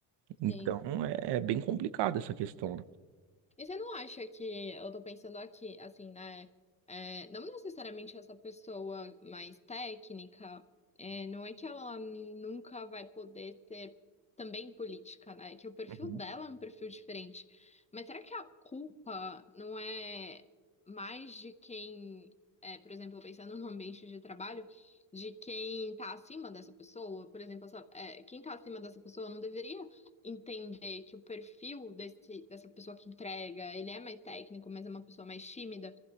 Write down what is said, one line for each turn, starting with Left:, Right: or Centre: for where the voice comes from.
Right: Então,
Left: sim.
Right: é, é bem complicada essa questão,
Left: E você não acha que, eu tô pensando aqui, assim, né? é, não necessariamente essa pessoa mais técnica, é, não é que ela nunca vai poder ser também política, né? Que o perfil
Right: né?
Left: dela é um perfil diferente. Mas será que a culpa não é mais de quem, é, por exemplo, pensando no ambiente de trabalho, de quem tá acima dessa pessoa? Por exemplo, essa- é, quem tá acima dessa pessoa não deveria entender que o perfil desse, dessa pessoa que entrega, ele é mais técnico, mas é uma pessoa mais tímida,